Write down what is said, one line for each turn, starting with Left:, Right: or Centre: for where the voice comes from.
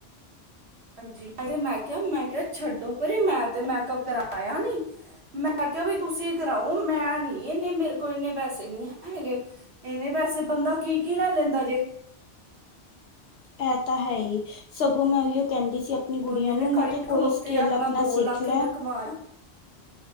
Right: ਹਾਂਜੀ ਮੈਂ ਕਿਹਾ ਮੈਂ ਕਿਹਾ ਛੱਡੋ ਪਰੇ ਮੈਂ ਤੇ ਮੈਕਅਪ ਕਰਾਇਆ ਨੀ ਮੈਂ ਕਰਾਓ ਵੀ ਤੁਸੀਂ ਕਰਾਓ ਮੈਂ ਨਹੀਂ ਇੰਨੇ ਮੇਰੇ ਕੋਲ ਇੰਨੇ ਪੈਸੇ ਨੀ ਹੈਗੇ ਇੰਨੇ ਪੈਸੇ ਬੰਦਾ ਕੀ ਕੀ ਲੈ ਲੈਂਦਾ ਜੇ,
Left: ਇਹ ਤਾਂ ਹੈ ਹੀ ਸਗੋਂ ਮੈਂ ਉਹੀਓ ਕਹਿੰਦੀ, ਸੀ ਆਪਣੀ ਗੁੜੀਆਂ
Right: ਔਨੇ
Left: ਨੂੰ
Right: ਨੇ
Left: ਮੈਂ
Right: ਖੜੇ
Left: ਕਿਹਾ ਕੋਈ
Right: ਖਲੋਤੇ
Left: ਸਕਿੱਲ
Right: ਆਪਣਾ ਦੋ
Left: ਸਿੱਖ
Right: ਲੱਖ
Left: ਲੈ
Right: ਰੁਪਏ ਕਮਾ